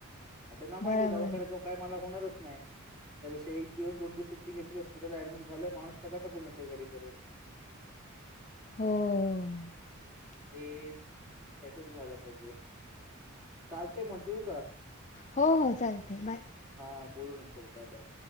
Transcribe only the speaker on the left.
बराबर
हो
हो हो चालते बाय